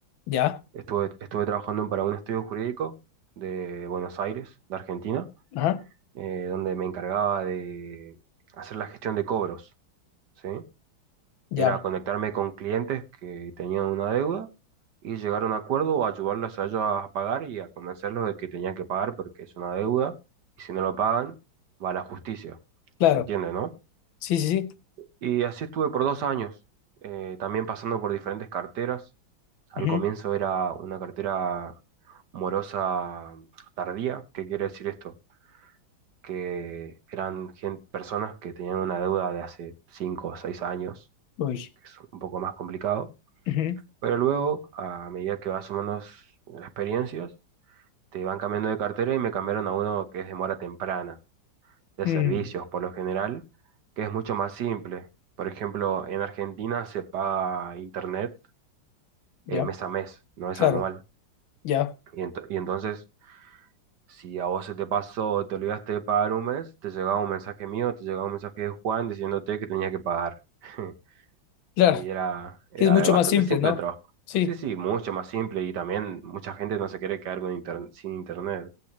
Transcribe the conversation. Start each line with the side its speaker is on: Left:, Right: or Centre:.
Left: Ya.
Right: Estuve, estuve trabajando para un estudio jurídico de Buenos Aires, de Argentina,
Left: Ajá.
Right: eh, donde me encargaba de hacer la gestión de cobros, ¿sí?
Left: Ya.
Right: Era conectarme con clientes que tenían una deuda y llegar a un acuerdo o ayudarlos a ellos a pagar y a convencerlos de que tenían que pagar porque es una deuda y si no lo pagan va a la justicia.
Left: Claro.
Right: ¿Se entiende, no?
Left: Sí, sí, sí.
Right: Y así estuve por dos años, eh, también pasando por diferentes carteras. Al
Left: Ujú.
Right: comienzo era una cartera morosa tardía. ¿Qué quiere decir esto? Que eran gen- personas que tenían una deuda de hace 5 o 6 años,
Left: Uy.
Right: que es un poco más complicado
Left: Ujú.
Right: Pero luego, a medida que vas sumando s- experiencias, te van cambiando de cartera y me cambiaron a uno que es de mora temprana, de
Left: Mm.
Right: servicios por lo general, que es mucho más simple. Por ejemplo, en Argentina se paga internet
Left: Ya.
Right: eh, mes a mes, no es
Left: Claro.
Right: anual.
Left: Ya.
Right: Y, ento- y entonces, si a vos se te pasó o te olvidaste de pagar un mes, te llegaba un mensaje mío, te llegaba un mensaje de Juan diciéndote que tenías que pagar. <laughs>
Left: Claro.
Right: Y era, era
Left: Sí, es mucho
Right: bastante
Left: más simple,
Right: simple
Left: ¿no?
Right: el trabajo.
Left: Sí,
Right: Sí, sí, mucho más simple y también mucha gente no se quiere quedar con inter- sin internet.